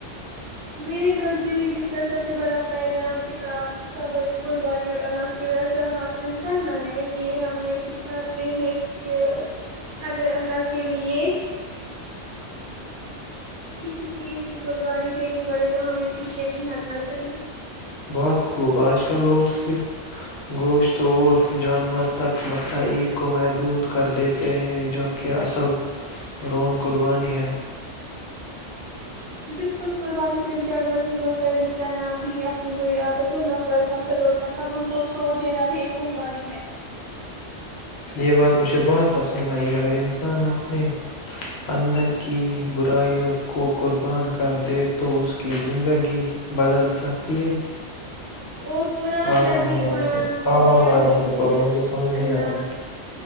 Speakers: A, on the right; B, on the left.
A: میرے نزدیک اس کا سب سے بڑا پیغام اتاد صبر قربانی اور اللہ کی رضا حاصل کرنا ہے یہ ہمیں سکھاتے ہیں کہ اگر اللہ کے لیے کسی چیز کی قربانی دینی بے تو ہمیں پیچے نہیں ہ نہ چاہیے
B: بہت خوب آج کل لوگ صرف گوشت اور جانور تک بقر عید کو محدود کر دیتے ہیں جبکہ اصل رون قربانی ہے
A: بالکل قربانی صرف جانور سے بات کرنے کا نام نہیں آپ بی نفرت ک کو چھوڑ دینا بھی ایک قربانی ہے
B: یہ بات مجھے بہت پسند آئی اگر انسان آپ
A: اچھا <unintelligible>
B: اندر کی برائییاوں کو قربان کر دے تو اس کی زندگی بدل سکتی ہے
A: اور قرآن
B: آرام
A: میں بھی
B: آرام
A: بیان
B: سے
A: کیا
B: آرام
A: گیا
B: آرام
A: ہے
B: سے
A: کہ
B: پڑھو مجھے سمجھ نہیں
A: اللہ
B: آ رہا ہے